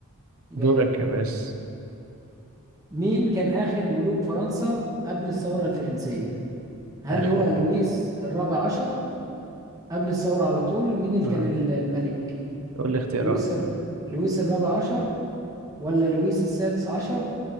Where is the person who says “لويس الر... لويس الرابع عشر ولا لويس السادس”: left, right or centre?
Right